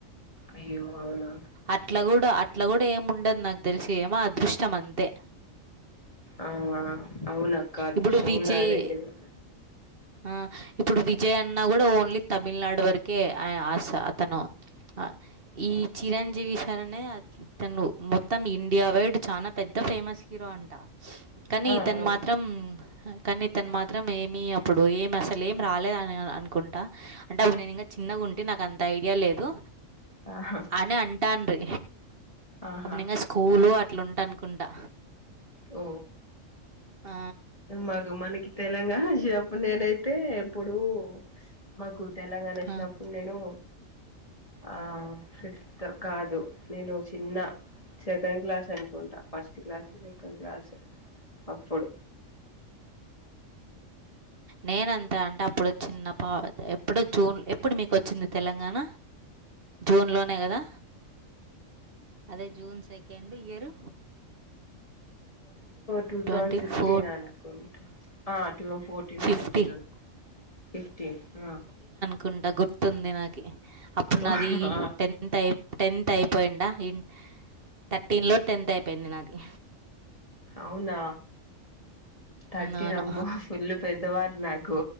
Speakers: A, on the left; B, on the right.
A: అయ్యో అవునా
B: అట్ల కూడా అట్ల కూడా ఏముండదు నాకు తెలిసి ఏమో అదృష్టం అంతే
A: ఆ అవునక్క అదృష్టం
B: ఇప్పుడు విజయ్
A: ఉండాల గని
B: ఆ ఇప్పుడు వి విజయ్ అన్న కూడా ఓన్లీ తమిళనాడు వరకే అస అతను ఆ ఈ చిరం జీవిసారనే తను మొత్తం ఇండియా వైడ్ చాలా పెద్ద ఫేమస్ హీరో అంట కానీ
A: ఆ ఆ
B: ఇతను మాత్రం కానీతను మాత్రం ఏమీ అప్పుడు ఏమి అసలు ఏం రాలే అని అనుకుంటా అంటే అప్పుడు నేను ఇంకా చిన్నగా ఉంటే నాకు అంత ఐడియా లేదు
A: ఆహా
B: అని అంటాంది
A: ఆహా
B: అప్పుడు ఇంకా స్కూలు అట్ల ఉంటా అనుకుంటా
A: ఓ
B: ఆ
A: మాకు మనకి తెలంగాణ చెపు నేనైతే ఇప్పుడు మాకు తెలంగాణ ఇచ్చినప్పుడు
B: ఆ!
A: నేను ఆ ఫిఫ్త్ కాదు నేను చిన్న సెకండ్ క్లాస్ అనుకుంటా ఫస్ట్ క్లాసో సెకండ్ క్లాస్ అప్పుడు
B: నేనంతా అంటే అప్పుడు చిన్న పా ఎప్పుడు జూన్ ఎప్పుడు మీకు వచ్చింది తెలంగాణ జూన్ లోనే కదా అదే June second year
A: two
B: twenty
A: thousand fifteen
B: four
A: అనుకుంటూ ఆ two fourteen
B: fifty
A: ten fifteen హా ఫిఫ్టీన్ హా
B: కుండా గుర్తుంది నాకి అప్పుడు
A: ఫో
B: నాది
A: ఆ
B: టెన్త్ టె టెన్త్ అయిపోయిండా ఇ థర్టీన్లో టెన్త్ అయిపోయింది నాది
A: అవునా థర్టీనమ్మో
B: అవును
A: ఫుల్ పెద్దవారు నాకు